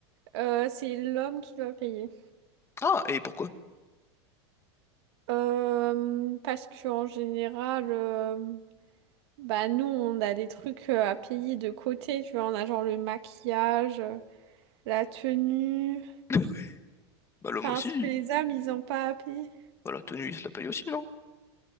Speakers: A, on the right (about 70°); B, on the left (about 20°).
A: euh, c'est l'homme qui doit payer.
B: Ah, et pourquoi?
A: Euh, parce qu'en général, euh, Bah nous on a des trucs euh, à payer de côté, tu vois, on a genre le maquillage, euh, la tenue,
B: <laughs> Bah l'homme
A: enfin
B: aussi.
A: ce que les hommes ils ont pas à payer.
B: Bah la tenue, il se la paye aussi, non?